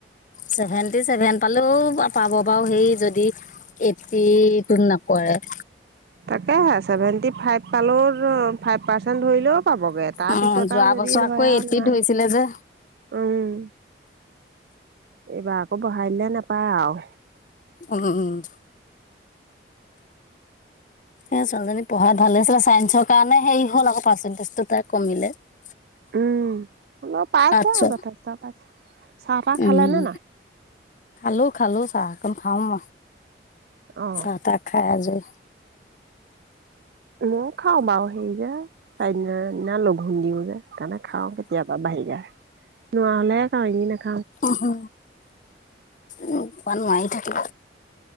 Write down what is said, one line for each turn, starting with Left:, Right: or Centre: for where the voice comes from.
Left: । ভেনটি চেভেন পালেও পাব বাৰু সেই যদি। এটতো নকৰে ।
Right: তাকে চছেভেন্টি ফাইভ পালৰ ফাইভ পাৰ্চেন্ট ধৰিলও। পাবগে তাৰ
Left: অঁ
Right: পিছত
Left: যোৱা
Right: আৰু যদি
Left: বছৰ
Right: ধৰা
Left: আকৌ এইট্টিত
Right: নোৱাৰ
Left: ধৰিছিলে যে
Right: উম। এইবাৰ আকৌ বহাইলে নোপায় আও।
Left: উম উম । এ ছোৱালীজনী পঢ়াই ভালে আছিলে চাইন্ঞ্চৰ কাৰণে হেৰি হ'ল আ পাৰ্চেন্টেজটো তাই কমিলে ।
Right: উম অল পাইছে
Left: আচ্ছা
Right: আৰু যথেষ্ট পাইছে। চাহপাহ
Left: উম
Right: খালানে নাই?
Left: খালো খালো চাহকান খাওঁ ম
Right: অ
Left: চাহ তাক খাই আজ ই।
Right: মই খাওঁ বাৰু হেৰি যে চাৰিদি দিনা লঘোণ দিও যে। সেইকাৰণে খাওঁ কেতিয়াবা বাহিৰা নোৱা হলে খাওঁ এনে নাখাওঁ।
Left: উ উ মমানায়ে থাকিব।